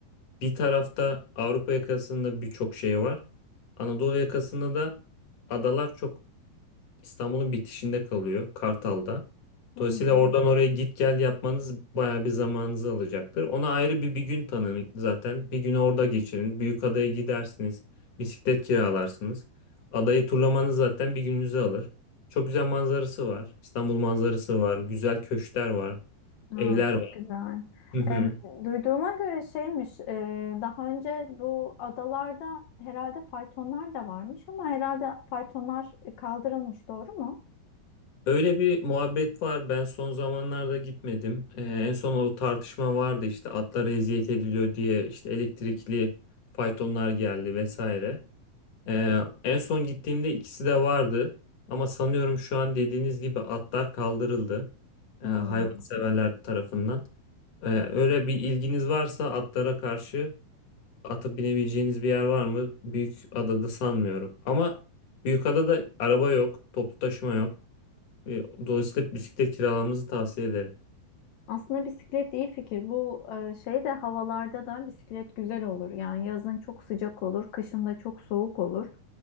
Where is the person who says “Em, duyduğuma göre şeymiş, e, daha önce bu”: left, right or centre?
Left